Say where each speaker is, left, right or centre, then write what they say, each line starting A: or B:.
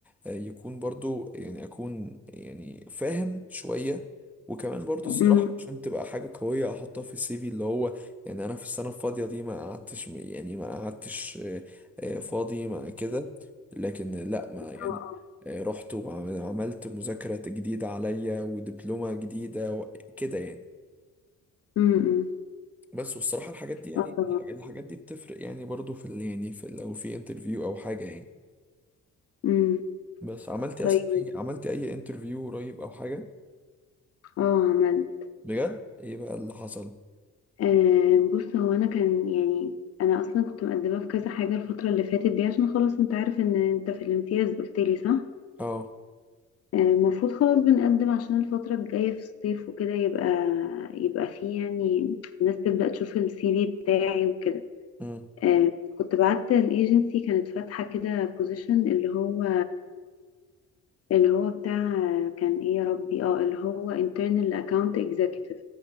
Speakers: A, in the centre; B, on the left (about 55°).
A: آه، يكون برضو يعني اكون يعني فاهم شوية وكمان برضو
B: امم
A: الصراحة عشان تبقى حاجة قوية احطها في السي في اللي هو يعني انا في السنة الفاضية دي ما قعدتش يعني ما قعدتش آه، آه، فاضي ما كده لكن لا ما
B: اه
A: يعني
B: اه
A: آه، رحت وعملت مذاكرة جديدة عليا ودبلومة جديدة وكده يعني
B: امم
A: بس والصراحة الحاجات دي يعني
B: اه طبعا
A: الح- الحاجات دي بتفرق يعني برضو في ال- يعني في لو في انترفيو او حاجة يعني
B: امم
A: بس عملتي
B: طيب
A: اصلا أي- عملتي اي انترفيو قريب او حاجة
B: اه عملت
A: بجد ايه بقى اللي حصل
B: آه بص هو انا كان يعني انا اصلا كنت مقدمة في كذا حاجة الفترة اللي فاتت دي عشان خلاص انت عارف ان انت في الامتياز قلت لي صح
A: اه
B: آه، المفروض خلاص بنقدم عشان الفترة الجاية في الصيف وكده يبقى يبقى فيه يعني الناس تبدأ تشوف السي في بتاعي وكده
A: امم
B: آه، كنت بعت الايجنسي كانت فاتحة كده بوزيشن اللي هو اللي هو بتاع كان ايه يا ربي اه اللي هو internal account executive